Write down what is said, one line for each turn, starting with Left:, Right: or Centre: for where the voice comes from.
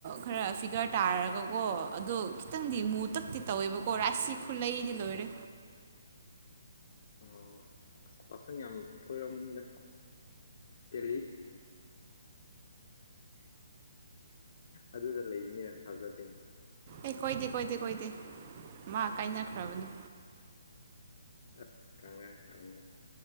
Right: ꯈꯔ ꯐꯤꯒꯔ ꯇꯥꯔꯒꯀꯣ ꯑꯗꯣ ꯈꯤꯇꯪꯗꯤ ꯃꯨ ꯇꯛ ꯇꯤ ꯇꯧꯋꯦꯕꯀꯣ ꯔꯥꯁꯤ ꯈꯨꯂꯩꯗꯤ ꯂꯣꯏꯔꯦ
Left: ꯑꯣ ꯑꯁ ꯄꯥꯈꯪ ꯌꯥꯝ ꯀꯣꯏꯔꯝꯃꯅꯤꯗ ꯗꯦꯜꯍꯤ ꯑꯗꯨꯗ ꯂꯩꯕꯅꯤꯅ ꯊꯥꯖꯗꯦꯅꯦ
Right: ꯑꯦ ꯀꯣꯏꯗꯦ ꯀꯣꯏꯗꯦ ꯀꯣꯏꯗꯦ ꯃꯥ ꯀꯥꯏꯅꯈ꯭ꯔꯕꯅꯤ꯫
Left: ꯑꯁ <unintelligible> ꯍꯪꯉꯣ꯫